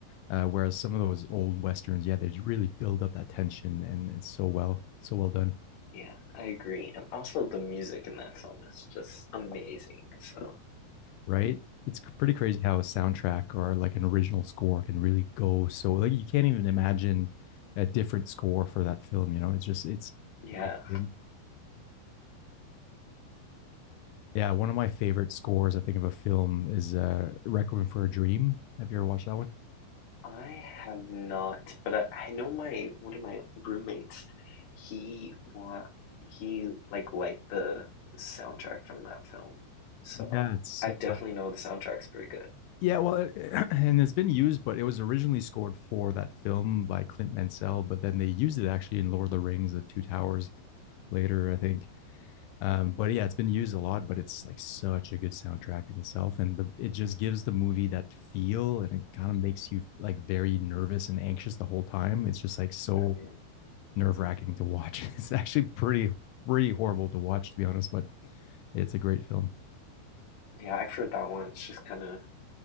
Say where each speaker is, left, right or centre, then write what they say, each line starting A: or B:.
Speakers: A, on the left (about 85°); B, on the left (about 55°).
A: Uh whereas some of those old westerns, yeah, they really build up that tension and it's so well, so well done.
B: Yeah, I agree. And also the music in that film is just amazing. So,
A: right? It's pretty crazy how a soundtrack or like an original score can really go so like you can't even imagine a different score for that film, you know? It's just it's
B: yeah.
A: <laughs> yeah, one of my favorite scores I think of a film is uh Requiem for a Dream. Have you ever watched that one?
B: I have not, but I, I know my one of my roommates, he wa he like liked the soundtrack from that film. So,
A: Yeah, it's
B: I definitely
A: uh,
B: know the soundtrack's pretty good.
A: yeah, well, it- <clears throat> and it's been used, but it was originally scored for that film by Clint Mansell, but then they used it actually in Lord of the Rings, The Two Towers later, I think. Um, but yeah, it's been used a lot, but it's like such a good soundtrack in itself, and the, it just gives the movie that feel, and it kind of makes you like very nervous and anxious the whole time. It's just like so
B: I mean,
A: nerve wracking to watch. <laughs> It's actually pretty pretty horrible to watch, to be honest, but it's a great film.
B: yeah, I've heard that one. It's just kind of